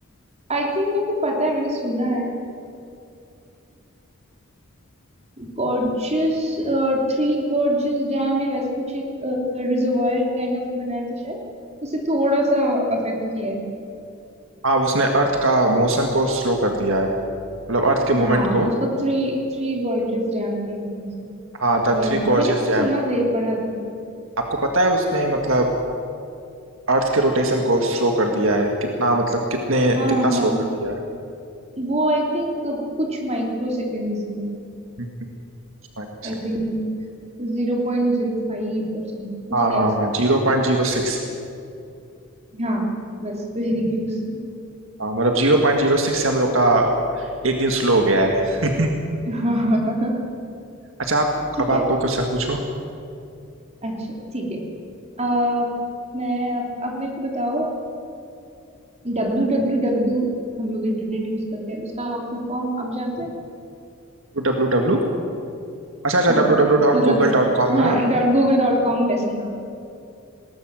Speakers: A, on the right; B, on the right.
A: आई थिंक मेरे को पता है मैंने सुना है गॉर्जियस थ्री गॉर्जियस डैम या वैसे कुछ एक रिजर्वायर काइंड ऑफ बनाया था शायद उसे थोड़ा सा अफेक्ट किया है
B: हाँ उसने अर्थ का मोशन को स्लो कर दिया है मतलब अर्थ के मूवमेंट
A: हाँ
B: को
A: उसको three three gorgeous dam I think
B: हाँ द
A: वही
B: थ्री
A: था
B: गॉर्जियस
A: मैंने
B: डैम
A: सुना था ये, पढ़ा था
B: आपको पता है उसने मतलब अर्थ के रोटेशन को स्लो कर दिया है कितना मतलब कितने
A: हाँ
B: कितना
A: हाँ
B: स्लो कर दिया है
A: वो आई थिंक कुछ माइक्रो सेकेंड्स में
B: हम्म, हम्म, कुछ माइक्रो
A: आई
B: सेकंड
A: थिंक जीरो पॉइंट जीरो फाइव परसेंट
B: हाँ
A: उसके
B: हाँ
A: आसपास
B: हाँ जीरो
A: आई
B: पॉइंट
A: थिंक
B: जीरो सिक्स
A: हाँ बस वेरी क्लोज
B: हाँ मतलब जीरो पॉइंट जीरो सिक्स से हम लोग का एक दिन स्लो हो गया है <laughs>
A: हाँ <laughs>
B: अच्छा आप
A: ठीक
B: अब
A: है
B: आप कोई क्वेश्चन पूछो
A: अच्छा ठीक है आ, मैं अब अब मेरे को बताओ डब्ल्यू डब्ल्यू डब्ल्यू हम लोग इंटरनेट यूज करते हैं उसका फुल फॉर्म आप जानते हैं
B: डब्ल्यू डब्ल्यू अच्छा अच्छा
A: हाँ
B: W W dot
A: मतलब
B: Google dot com
A: हाँ
B: ना
A: डॉट गूगल डॉट कॉम वैसे हाँ